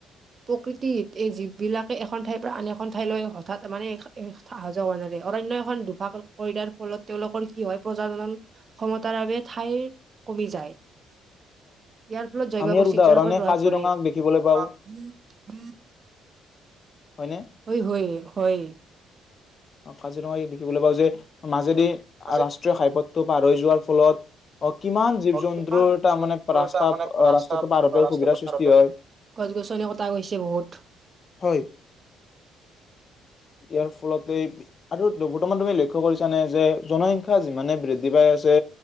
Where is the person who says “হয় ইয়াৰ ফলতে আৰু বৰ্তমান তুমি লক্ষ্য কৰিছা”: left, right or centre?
Left